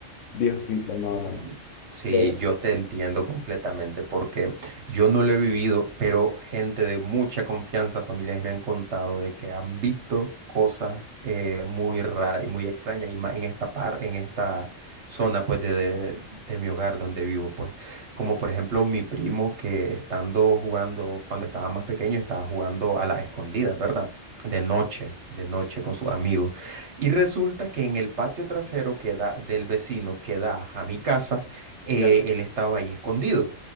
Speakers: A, on the left; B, on the right.
A: Diosito, no,
B: Ujú.
A: no, no.
B: Sí,
A: yo-
B: yo te entiendo completamente porque yo no lo he vivido, pero gente de mucha confianza, familiares me han contado de que han visto cosas eh, muy raras y muy extrañas y más en esta par, en esta zona pues de, de- de mi hogar donde vivo pues, como por ejemplo mi primo que estando jugando cuando estaba más pequeño estaba jugando a la escondida, ¿verdad? De noche, de noche con sus amigos y resulta que en el patio trasero que da, del vecino que da a mi casa, eh,
A: ya,
B: él estaba ahí escondido.